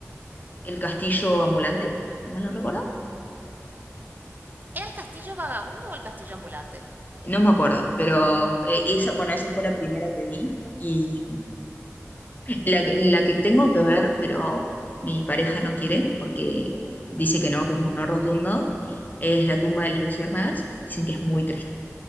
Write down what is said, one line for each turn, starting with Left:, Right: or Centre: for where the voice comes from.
Left: el castillo ambulante, si mal no recuerdo.
Right: ¿Era el castillo vagabundo o el castillo ambulante?
Left: No me acuerdo, pero eh, esa, bueno, esa fue la primera que vi y la, la que tengo que ver, pero mi pareja no quiere porque dice que no, que es un no rotundo, es la tumba de las luciérnagas. Dicen que es muy triste.